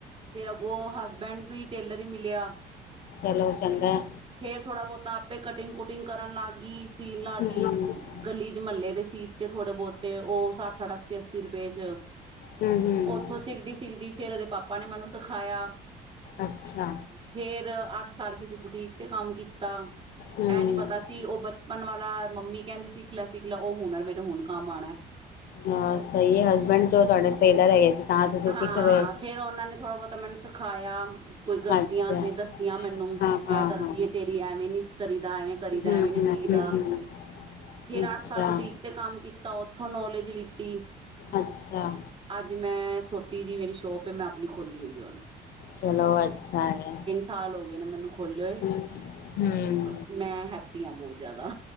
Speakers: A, on the right; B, on the left.
A: ਫੇਰ ਅੱਗੋਂ ਹਸਬੈਂਡ ਵੀ ਟੇਲਰ ਹੀ ਮਿਲਿਆ।
B: ਚਲੋ ਚੰਗਾ ਐ।
A: ਫੇਰ, ਥੋੜ੍ਹਾ ਬਹੁਤ ਆਪ ਪੇ ਕਟਿੰਗ ਕੁਟਿੰਗ ਕਰਨ ਲੱਗ ਗੀ ਸੀਨ ਲੱਗ
B: ਹੂੰ
A: ਗਈ
B: ਹੂੰ
A: ਗਲੀ ਚ ਮਹੱਲੇ ਦੇ ਸੀ ਤੇ ਥੋੜੇ ਬਹੁਤੇ ਉਹ ਸੱਠ ਸੱਠ ਅੱਸੀ ਅੱਸੀ ਰੁਪਏ ਚ ਉਹ
B: ਹੂੰ
A: ਉੱਥੋਂ ਸਿੱਖਦੀ ਸਿੱਖਦੀ ਫਿਰ ਉਹਦੇ ਪਾਪਾ ਨੇ ਮੈਨੂੰ ਸਿਖਾਇਆ।
B: ਅੱਛਾ
A: ਫੇਰ ਅੱਠ ਸਾਲ ਕਿਸੇ ਬੁਟੀਕ ਤੇ ਕੰਮ ਕੀਤਾ।
B: ਹੂੰ
A: ਇਹ ਨੀ ਪਤਾ ਤਾਂ ਸੀ ਉਹ ਬਚਪਨ ਵਾਲਾ ਮੰਮੀ ਕਹਿੰਦੀ ਸੀ। ਸਿੱਖ ਲੈ, ਸਿੱਖ ਲੈ, ਉਹ ਹੁਨਰ ਮੇਰੇ ਹੁਣ ਕੰਮ ਆਉਣਾ।
B: ਹਾਂ ਸਹੀ ਹੈ। ਹਸਬੈਂਡ ਜੋ ਤੁਹਾਡੇ ਟੇਲਰ ਹੈਗੇ ਸੀ। ਤਾਂ ਤੁਸੀਂ
A: ਹਾਂ,
B: ਸਿੱਖ ਗਏ
A: ਫੇਰ ਉਹਨਾਂ ਨੇ ਥੋੜ੍ਹਾ ਬਹੁਤਾ ਮੈਨੂੰ ਸਿਖਾਇਆ। ਕੋਈ ਗਲਤੀਆਂ
B: ਅੱਛਾ
A: ਜਿਵੇਂ ਦੱਸੀਆਂ ਮੈਨੂੰ ਇਹ
B: ਹਾਂ ਹਾਂ
A: ਗਲਤੀ
B: ਹਾਂ
A: ਤੇਰੀ ਐਵੇਂ ਨੀ ਕਰੀਦਾ ਐਵੇਂ-
B: ਹੂੰ
A: ਕਰੀ ਦਾ ਐਵੇਂ ਨੀ
B: ਹੂੰ
A: ਸੀਦਾ
B: ਹੂੰ ਹੂੰ
A: ਫੇਰ
B: ਅੱਛਾ
A: ਅੱਠ ਸਾਲ ਬੁਟੀਕ ਤੇ ਕੰਮ ਕੀਤਾ ਉੱਥੋਂ ਨੌਲੇਜ ਲਿੱਤੀ।
B: ਅੱਛਾ
A: ਅੱਜ ਮੈਂ ਛੋਟੀ ਜਿਹੀ ਮੇਰੀ ਸ਼ੋਪ ਏ, ਮੈਂ ਆਪਣੀ ਖੋਲੀ ਹੋਈ ਹੁਨ।
B: ਚਲੋ ਅੱਛਾ ਹੈ।
A: ਸਾਲ ਹੋ ਗਏ ਨੇ ਮੈਨੂੰ ਖੋਲੇ ਹੋਏ।
B: ਹੂੰ ਹੂੰ
A: ਬਸ ਮੈਂ ਹੈਪੀ ਹਾਂ ਬਹੁਤ ਜ਼ਿਆਦਾ।